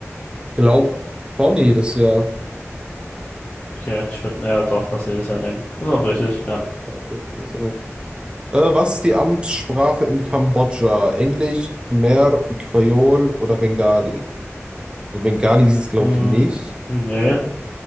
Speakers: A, on the right (about 20°); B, on the left (about 30°).
A: glaube schon jedes Jahr.
B: Okay, ich würde, ja doch, das jedes Jahr nehmen. Ist auch richtig, ja.
A: Okay, so. Äh, was ist die Amtssprache in Kambodscha? Englisch, Khmer, Kreol oder Bengali? Also Bengali ist es, glaube
B: Mm,
A: ich, nicht.
B: nee.